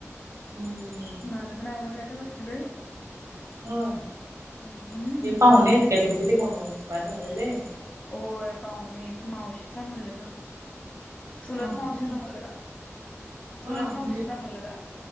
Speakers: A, on the right; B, on the left.
A: हम्म
B: माझं पण आवरलय आता बसलोय
A: होय
B: हम्म
A: म्हणजे पाहुणे आहेत काय तुमचे ते कोण एक्सपायर झाले आहे
B: होय पाहुणे आहेत मावशीचा मुलगा चुलत
A: मावशी
B: मावशीचा मुलगा
A: हा
B: चुलत
A: म्हणजे
B: मावशीचा मुलगा.